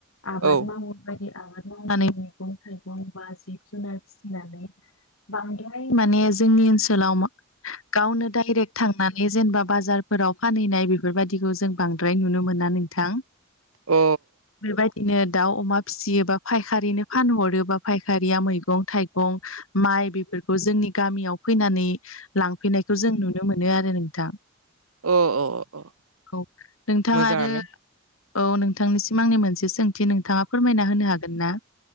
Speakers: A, on the left; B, on the right.
A: आबाद
B: औ
A: मावनाय बायदि आबाद मावनानै मैगं थाइगं बा जिब जुनार फिसिनानै <inaudible> बांद्राय माने जोंनि ओनसोलाव गावनो डाइरेक्ट थांनानै जेनेबा बाजार फोराव फानहैनाय बेफोरबायदिखौ जों बांद्राय नुनो मोना नोंथां
B: अ
A: बेबायदिनो दाउ अमा फिसियोबा फायखारिनो फानहरोबा फायखारिया मैगं थाइगं माइ बेफोरखौ जोंनि गामियाव फैनानै लांफैनायखौ जों नुनो मोनो आरो नोंथां
B: अ अ अ अ
A: औ नोंथां
B: मोजाङानो
A: आरो औ नोंथांनिसिम आंनि मोनसे सोंथि नोंथाङा फोरमायना होनो हागोन ना